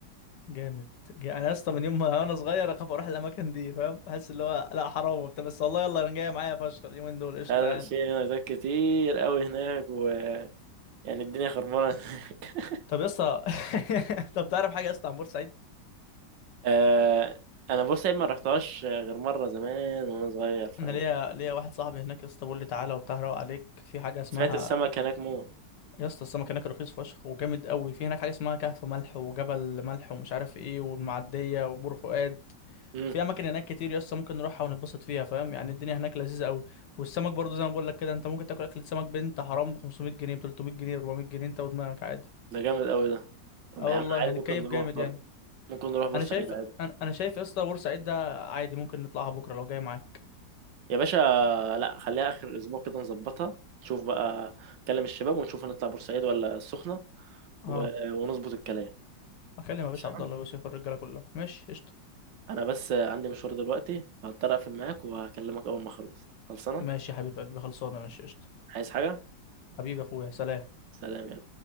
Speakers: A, on the left; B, on the right.
A: جامد جا- انا يا اسطى من يوم ما <laughs> انا صغير اخاف اروح الاماكن دي فاهم احس اللي هو لا حرام وبتاع بس والله يلا انا جايه معايا فشخ اليومين دول قشطه
B: لا،
A: يعني
B: في نايتات كتير قوي هناك ويعني الدنيا خربانة هناك.
A: طب يا اسطى <laughs> طب تعرف حاجه يا اسطى عن بورسعيد
B: <laughs> آه، انا بص عيب ما رحتهاش غير مرة زمان وانا صغير فاهم
A: انا ليا ليا واحد صاحبي هناك يا اسطى بيقول لي تعالى وبتاع روق عليك في حاجه اسمها
B: سمعت السمك هناك موت
A: يا اسطى السمك هناك رخيص فشخ وجامد قوي في هناك حاجه اسمها كهف ملح وجبل ملح ومش عارف ايه والمعديه وبور فؤاد
B: امم
A: في اماكن هناك كتير يا اسطى ممكن نروحها ونتبسط فيها فاهم يعني الدنيا هناك لذيذه قوي والسمك برضو زي ما بقول لك كده انت ممكن تاكل اكل سمك بنت حرام ب 500 جنيه ب 300 جنيه ب 400 جنيه انت ودماغك عادي
B: ده جامد قوي ده طب
A: اه
B: يا عم
A: والله
B: عادي
A: هنتكيف
B: ممكن نروح
A: جامد
B: برضه
A: يعني
B: ممكن نروح بورسعيد
A: انا شايف
B: عادي
A: انا أنا شايف يا اسطى بورسعيد ده عادي ممكن نطلعها بكره لو جاي معايا
B: يا باشا لا خليها اخر الاسبوع كده نظبطها نشوف بقى نكلم الشباب ونشوف هنطلع بورسعيد ولا السخنه
A: اه
B: و... ونظبط الكلام
A: اكلم
B: خلصانه
A: يا باشا عبد الله ويوسف الرجاله كلها ماشي قشطه
B: انا بس عندي مشوار دلوقتي هضطر اقفل معاك وهكلمك اول ما اخلص خلصانه
A: ماشي يا حبيب قلبي خلصانه ماشي قشطه
B: عايز حاجه
A: حبيبي يا اخويا سلام
B: سلام يا